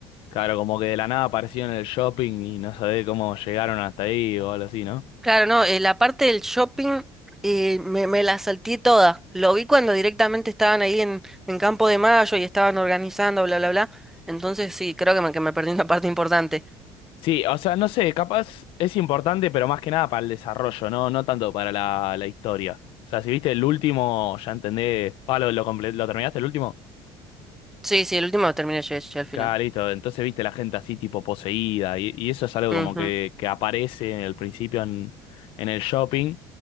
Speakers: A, on the left; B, in the centre.
A: claro, como que de la nada aparecieron en el shopping y no sabés cómo llegaron hasta ahí o algo así, ¿no?
B: Claro, no, eh, la parte del shopping eh, me, me la salté toda. Lo vi cuando directamente estaban ahí en, en Campo de Mayo y estaban organizando, bla, bla, bla. Entonces sí, creo que me, que me perdí una parte importante.
A: Sí, o sea, no sé, capaz es importante, pero más que nada para el desarrollo, ¿no? No tanto para la, la historia. O sea, si viste el último, ya entendé. Ah, ¿lo, lo comple- lo terminaste el último?
B: Sí, sí, el último lo terminé yo, yo al final.
A: Claro, listo. Entonces viste la gente así tipo poseída y, y eso es algo
B: Ujú,
A: como que, que aparece en el principio en, en el shopping